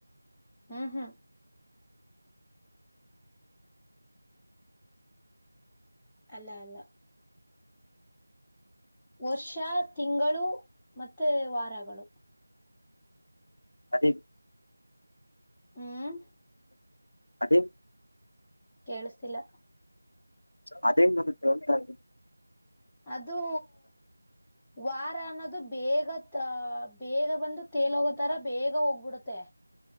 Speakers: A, in the centre; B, on the left.
A: ಹಾ ಹಾ ಅಲ್ಲ ಅಲ್ಲ ವರ್ಷ ತಿಂಗಳು ಮತ್ತೆ ವಾರಗಳು
B: ಅದ
A: ಹ್ಮ್
B: ಅದೇ
A: ಕೇಳಿಸಿಲ್ಲ
B: ಅದೇನ್ <inaudible>
A: ಅದು ವಾರ ಅನ್ನೋದು ಬೇಗ ಬೇಗ ಬಂದು ತೇಲ್ ಹೋಗೋತಾರ ಬೇಗ ಹೋಗ್ಬಿಡುತ್ತೆ